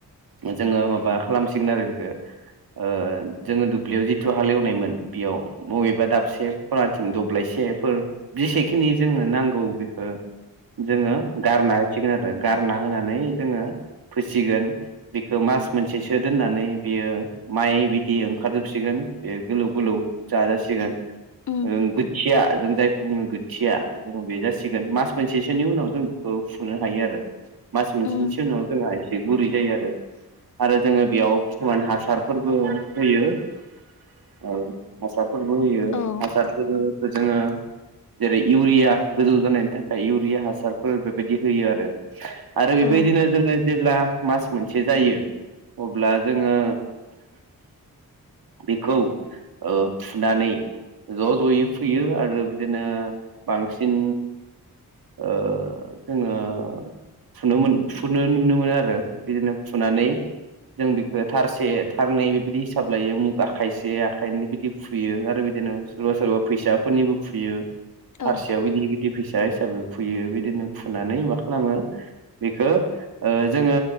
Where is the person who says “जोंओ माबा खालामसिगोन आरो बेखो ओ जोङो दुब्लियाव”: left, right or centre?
Right